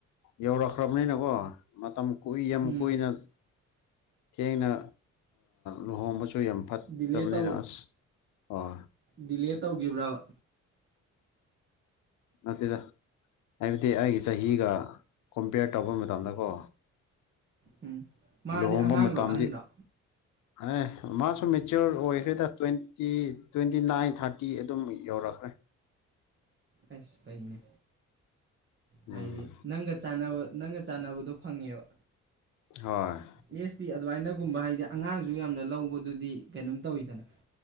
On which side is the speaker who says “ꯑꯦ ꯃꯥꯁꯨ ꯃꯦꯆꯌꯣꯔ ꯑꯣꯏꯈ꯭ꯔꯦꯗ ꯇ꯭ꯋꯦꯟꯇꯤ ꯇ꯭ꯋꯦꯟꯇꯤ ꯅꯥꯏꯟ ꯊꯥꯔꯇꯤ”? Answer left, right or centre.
Left